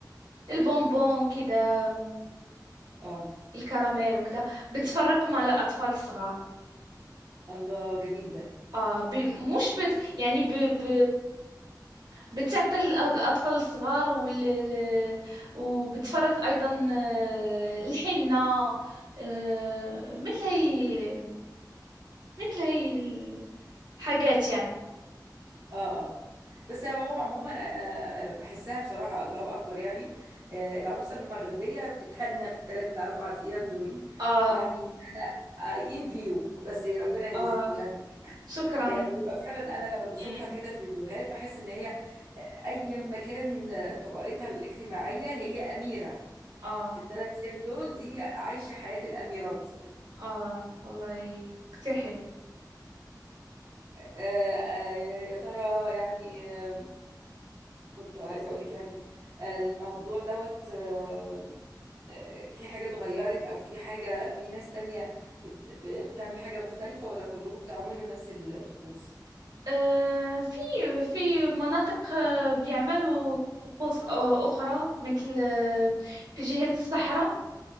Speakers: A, on the right; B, on the right.
A: البونبون كده آم،
B: اه
A: الكراميل وكده بتفرقهم على الأطفال الصغار
B: الله جميل ده
A: اه ب... مش بت... يعني ب... ب... بتعطي الأ- الأطفال الصغار وال... وبتفرق أيضا آه، الحنة آه، مثل هي مثل هي الحاجات يعني
B: اه اه بس هو عموما انا بحسها بصراحه الله اكبر يعني آه، العروسه المغربيه بتتهنى في الثلاث اربع ايام دول
A: اه
B: يعني انا اي ان فيو بس ربنا يزيدكم
A: اه
B: يعني
A: شكرا
B: يعني بيبقى فعلا انا لما بشوفها
A: مم.
B: كده في فيديوهات بحس ان هي آه، ايا ما كان آه، طبقتها الاجتماعيه هي اميره
A: اه
B: في الثلاث ايام دول دي عايشه حياه الاميرات
A: اه والله كتير حلو
B: آه، آه، يا ترى يعني آه، كنت عايزه اقول لك يعني آه، الموضوع دوت آه، آه، في حاجة اتغيرت أو في حاجة في ناس تانية بت... ب- بتعمل حاجة مختلفة ولا كلكم بتعملوا نفس الطقوس؟
A: آه في في مناطق آه، بيعملوا طقوس آه، أخرى مثل آه، في جهة الصحراء